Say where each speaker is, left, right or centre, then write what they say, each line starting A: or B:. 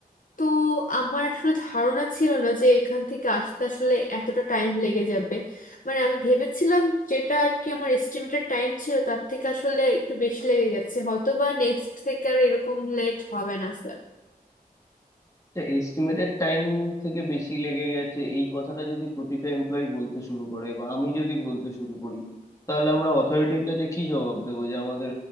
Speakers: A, on the left (about 60°); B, on the left (about 20°).
A: তো আমার আসলে ধারণা ছিল না যে এখান থেকে আসতে আসলে এতটা টাইম লেগে যাবে মানে আমি ভেবেছিলাম যেটা আর কি আমার এস্টিমেটেড টাইম ছিল তার থেকে আসলে একটু বেশি লেগে গেছে হয়তো বা নেক্সট থেকে আর এরকম লেট হবে না স্যার
B: আচ্ছা, এস্টিমেটেড টাইম থেকে বেশি লেগে গেছে এই কথাটা যদি প্রতিটা এমপ্লয়ি বলতে শুরু করে বা আমি যদি বলতে শুরু করি তাহলে আমরা অথরিটির কাছে কি জবাব দেবো যে আমাদের